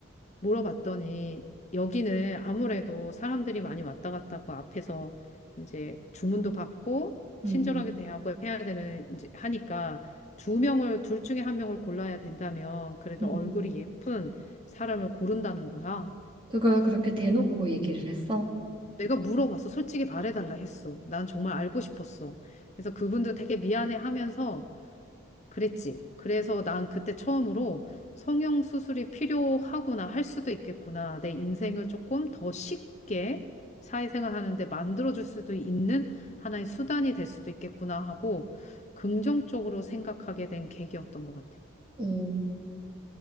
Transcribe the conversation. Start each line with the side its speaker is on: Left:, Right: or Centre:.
Left: 물어봤더니 여기는 아무래도 사람들이 많이 왔다 갔다 하고 앞에서 이제 주문도 받고
Right: 음,
Left: 친절하게 대하고 해야 되는 이제 하니까 두 명을 둘 중에 한 명을 골라야 된다면 그래도
Right: 음.
Left: 얼굴이 예쁜 사람을 고른다는 거야.
Right: 그걸 그렇게 대놓고 얘기를 했어?
Left: 내가 물어봤어. 솔직히 말해달라 했어. 난 정말 알고 싶었어. 그래서 그분도 되게 미안해 하면서 그랬지. 그래서 난 그때 처음으로 성형 수술이 필요하구나, 할 수도 있겠구나. 내 인생을 조금 더 쉽게 사회생활 하는데 만들어줄 수도 있는 하나의 수단이 될 수도 있겠구나 하고 긍정적으로 생각하게 된 계기였던 것 같아.
Right: 어,